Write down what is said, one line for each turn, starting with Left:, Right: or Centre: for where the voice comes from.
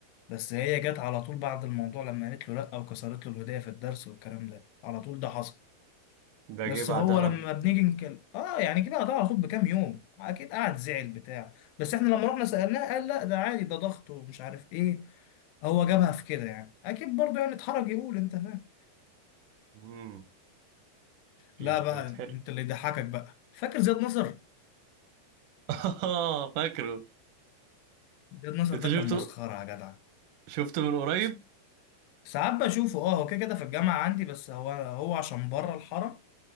Left: بس هي جت على طول بعد الموضوع لما قالت له لا وكسرت له الهديه في الدرس والكلام ده على طول ده حصل
Right: ده
Left: بس
Right: جه بعدها
Left: هو لما
Right: ب-
Left: بنيجي نكلم اه يعني كده قطع على طول بكام يوم اكيد قعد زعل بتاع بس احنا لما رحنا سألناه قال لا ده عادي ده ضغط ومش عارف ايه هو جابها في كده يعني اكيد برضه يعني اتحرج يقول انت فاهم
Right: مم، اكيد
Left: لا بقى
Right: هيتحرق
Left: انت اللي يضحكك بقى فاكر زياد نصر
Right: <laughs> فاكره
Left: زياد نصر
Right: انت
Left: ده
Right: شفته
Left: كان مسخرة يا جدع
Right: شفته من قريب
Left: س- ساعات بشوفه اه هو كده كده في الجامعة عندي بس هو هو عشان بره الحرم